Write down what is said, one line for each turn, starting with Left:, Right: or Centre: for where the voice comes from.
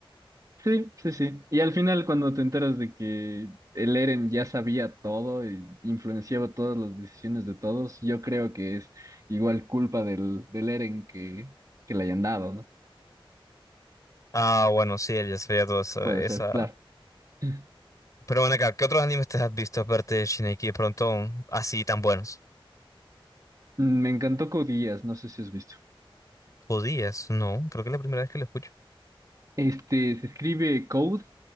Right: Sí, sí, sí. Y al final, cuando te enteras de que el Eren ya sabía todo e influenciaba todas las decisiones de todos, yo creo que es igual culpa del, del Eren que, que le hayan dado, ¿no?
Left: Ah, bueno, sí, él ya sabía toda esa,
Right: Puede
Left: esa
Right: ser, claro. <laughs>
Left: Pero bueno, acá, ¿qué otros animes te has visto aparte de Shingeki de pronto así tan buenos?
Right: Mm, Me encantó Code Geass, no sé si has visto.
Left: Judías, no, creo que es la primera vez que lo escucho.
Right: Este, se escribe Code,